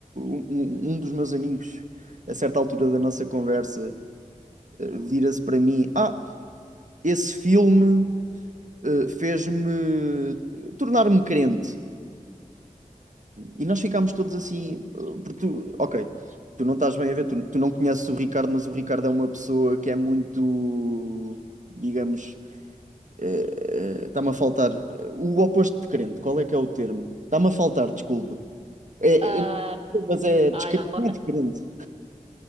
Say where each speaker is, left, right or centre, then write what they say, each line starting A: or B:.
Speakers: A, on the right (about 65°); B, on the right (about 50°).
A: um, um um dos meus amigos, a certa altura da nossa conversa, eh, vira-se para mim: Ah, esse filme eh, fez-me tornar-me crente. E nós ficámos todos assim, uh, porque tu, ok, tu não estás bem a ver, tu, tu não conheces o Ricardo, mas o Ricardo é uma pessoa que é muito, digamos, eh, eh, está-me a faltar eh, o oposto de crente, qual é que é o termo? Está-me a faltar, desculpa. É,
B: Ah,
A: é-
B: hum,
A: mas é descrente,
B: olha, agora,
A: não é descrente.